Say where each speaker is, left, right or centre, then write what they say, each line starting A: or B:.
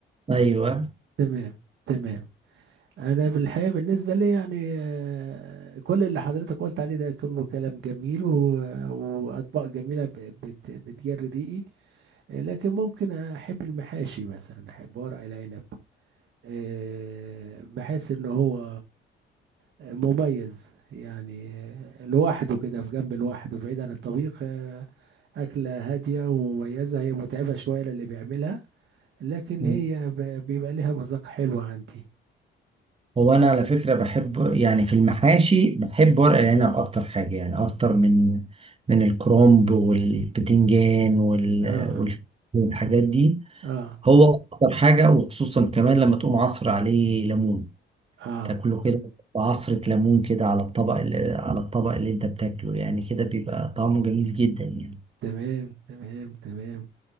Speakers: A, on the right; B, on the right.
A: أيوه
B: تمام تمام انا بالحقيقه بالنسبه لي يعني آه، كل اللي حضرتك قلت عليه ده كله كلام جميل و- واطباق جميله ب- بت- بتجري ريقي آه، لكن ممكن احب المحاشي مثلا احب ورق العنب آه، بحس ان هو مميز يعني آه، لوحده كده في جنب لوحده بعيد عن الطبيخ آه، أكلة هادية ومميزة هي متعبة شوية للي بيعملها لكن
A: م.
B: هي ب- بيبقى ليها مذاق حلو عندي
A: هو أنا على فكرة بحب يعني في المحاشي بحب ورق العنب أكتر حاجة يعني أكتر من من الكرنب والبتنجان وال...
B: اه
A: وال... والحاجات دي
B: اه
A: هو أكتر حاجة وخصوصا كمان لما تقوم عصر عليه ليمون
B: اه
A: تاكله كده عصرة ليمون كده على الطبق اللي على الطبق اللي أنت بتاكله يعني كده بيبقى طعمه جميل جدا يعني
B: تمام تمام تمام